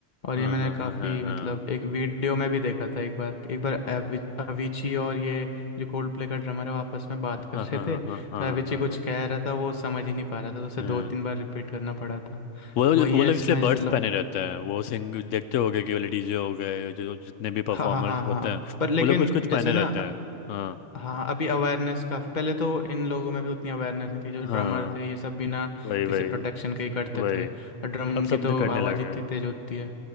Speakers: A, on the left; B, on the left.
A: और
B: हाँ
A: ये मैंने
B: हाँ
A: काफ़ी
B: हाँ हाँ हाँ
A: मतलब एक वीडियो में भी देखा था एक बार एक बार एवि- अविची और ये जो कोल्ड प्ले का ड्रमर है वो आपस में बात कर
B: हाँ
A: रहे
B: हाँ हाँ
A: थे तो
B: हाँ हाँ
A: अविची
B: हाँ हाँ
A: कुछ
B: हाँ।
A: कह रहा था वो समझ ही नहीं पा रहा था तो उसे
B: हम्म।
A: दो तीन बार रिपीट करना पड़ा था
B: वो
A: तो
B: लोग
A: वही
B: वो
A: है
B: लोग
A: इसमें
B: इसलिए बर्ड्स
A: जैसे लो-
B: पहने रहते हैं वो सिंग देखते होगे कि वाले डीजे हो गए जो जो जितने भी परफॉर्मर्स
A: हाँ हाँ हाँ हाँ
B: होते
A: हाँ।
B: हैं
A: पर लेकिन
B: वो लोग कुछ कुछ पहने
A: जैसे ना
B: रहते हैं हाँ
A: हाँ अभी अवेयरनेस काफ़ी पहले तो इन लोगों में भी उतनी अवेयरनेस नहीं थी जो
B: हाँ
A: ड्रमर थे ये सब बिना
B: वही वही
A: किसी प्रोटेक्शन के ही करते
B: वही
A: थे और ड्रम
B: अब सब
A: की तो
B: निकलने
A: आवाज़
B: लगे
A: इतनी
B: हैं
A: तेज होती है